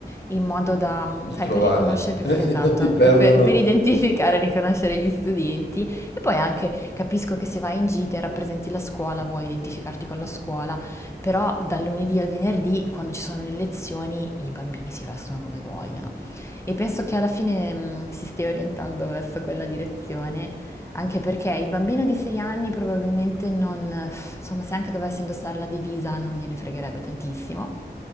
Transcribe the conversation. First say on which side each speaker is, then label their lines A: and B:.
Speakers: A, on the left; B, on the left.
A: in modo da,
B: da
A: sai,
B: trovarli,
A: per riconoscere più,
B: <laughs>
A: fa- esatto,
B: se no li perdono.
A: eh, per, per identificare e riconoscere gli studenti e poi anche capisco che se vai in gita e rappresenti la scuola, vuoi identificarti con la scuola, però dal lunedì al venerdì, quando ci sono le lezioni, i bambini si vestono come vogliono. E penso che alla fine mh, si stia orientando verso quella direzione, anche perché il bambino di 6 anni probabilmente non, insomma, se anche dovesse indossare la divisa non gliene fregherebbe tantissimo.